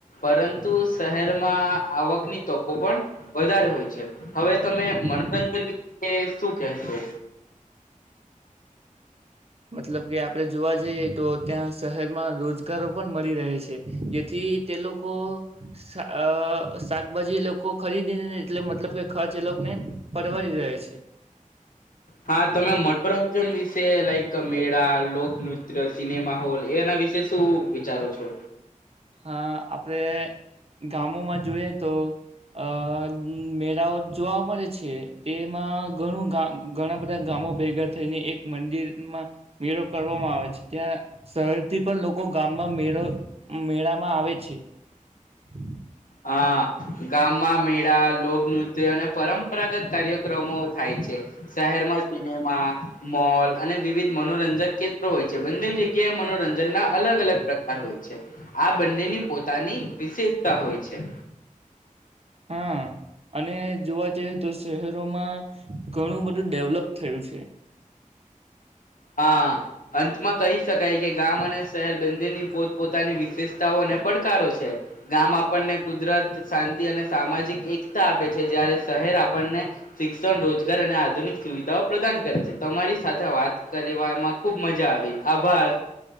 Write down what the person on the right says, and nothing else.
હમ્મ
મતલબ કે આપડે જોવા જઈએ તો ત્યાં શહેરમાં રોજગારો પણ મળી રહે છે, જેથી તે લોકો શાકભાજી એ લોકો ખરીદીને એટલે મતલબ કે ખર્ચ એ લોકોને પરવાડી રહે છે.
હા આપડે ગામોમાં જોઈએ. તો આ મેળાઓ જોવા મળે છે તેમાં ઘણું ઘણા બધા ગામો ભેગા થઈને એક મંદિરમાં, મેળો કરવામાં આવે છે ત્યાં શહેરથી પણ લોકો ગામમાં મેળો મેળામાં આવે છે. હું. <inaudible>
હા, અને જોવા જઈએ તો શહેરોમાં, ઘણું બધું ડેવલપ થયું છે.